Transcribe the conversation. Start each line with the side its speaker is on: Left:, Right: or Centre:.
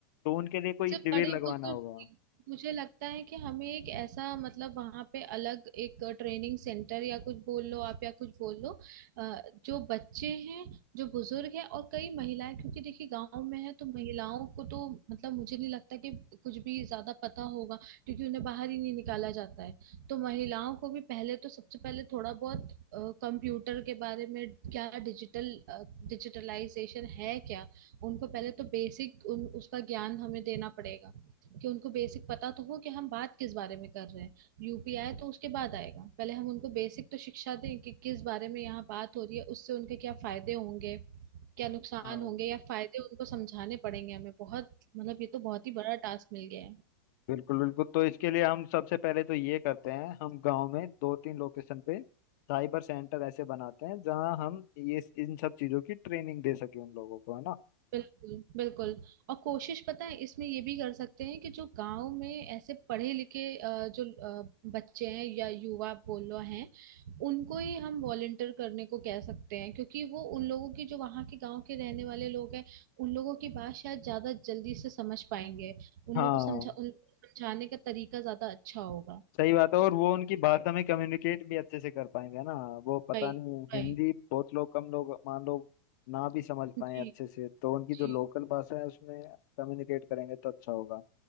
Left: तो उनके लिए कोई
Right: सिर्फ
Left: शिविर
Right: बड़े
Left: लगवाना
Right: बुजुर्ग
Left: होगा
Right: की- मुझे लगता है कि हमें एक ऐसा मतलब वहां पे अलग एक ट्रेनिंग सेंटर या कुछ बोल लो आप या कुछ बोल लो अ, जो बच्चे हैं जो बुजुर्ग हैं और कई महिलाएं क्योंकि देखिए गांव में है तो महिलाओं को तो मतलब मुझे नहीं लगता कि कुछ भी ज्यादा पता होगा क्योंकि उन्हें बाहर ही नहीं निकाला जाता है तो महिलाओं को भी पहले तो सबसे पहले थोड़ा बहुत कंप्यूटर के बारे में क्या डिजिटल डिजिटलाइजेशन है क्या उनको पहले तो बेसिक उन उसका ज्ञान हमें देना पड़ेगा कि उनको बेसिक पता तो हो कि हम बात किस बारे में कर रहे हैं यूपीआई तो उसके बाद आएगा पहले हम उनको बेसिक तो शिक्षा दें कि किस बारे में यहाँ बात हो रही है उससे उनके क्या फायदे होंगे क्या नुकसान
Left: हाँ
Right: होंगे या फायदे उनको समझाने पड़ेंगे हमें बहुत मतलब ये तो बहुत ही बड़ा टास्क मिल गया है
Left: बिल्कुल बिल्कुल तो इसके लिए हम सबसे पहले तो ये करते हैं हम गांव में दो तीन लोकेशन पे साइबर सेंटर ऐसे बनाते हैं जहां हम ये इन सब चीजों की ट्रेनिंग दे सके उन लोगों को है ना
Right: बिल्कुल बिल्कुल और कोशिश पता है इसमें ये भी कर सकते हैं कि जो गांव में ऐसे पढ़े लिखे अ, जो अ, बच्चे हैं या युवा बोलो हैं उनको ही हम वॉलंटियर करने को कह सकते हैं क्योंकि वो उन लोगों की जो वहाँ के गांव के रहने वाले लोग हैं उन लोगों की बात शायद ज्यादा जल्दी से समझ पाएंगे उन
Left: हाँ
Right: लोगों को समझा उन समझाने का तरीका ज्यादा अच्छा होगा
Left: सही बात है और वो उनकी भाषा में कम्युनिकेट भी अच्छे से कर पाएंगे ना वो पता
Right: भाई
Left: नहीं
Right: भाई
Left: हिंदी बहुत लोग कम लोग मान लो ना भी समझ
Right: जी
Left: पाए अच्छे से तो उनकी
Right: जी
Left: जो लोकल भाषा है उसमें कम्युनिकेट करेंगे तो अच्छा होगा